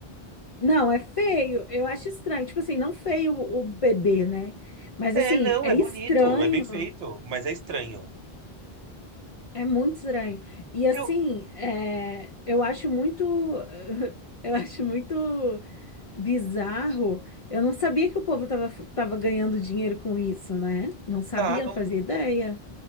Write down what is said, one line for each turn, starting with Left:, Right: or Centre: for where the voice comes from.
Left: Não, é feio. Eu acho estranho. Tipo assim, não feio o o bebê, né? Mas
Right: É,
Left: assim,
Right: não,
Left: é
Right: é
Left: estranho.
Right: bonito, é bem feito, mas é estranho.
Left: É muito estranho. E assim,
Right: Eu,
Left: é, eu acho muito. <laughs> Eu acho muito bizarro. Eu não sabia que o povo tava, tava ganhando dinheiro com isso, né? Não sabia,
Right: tá,
Left: não fazia ideia.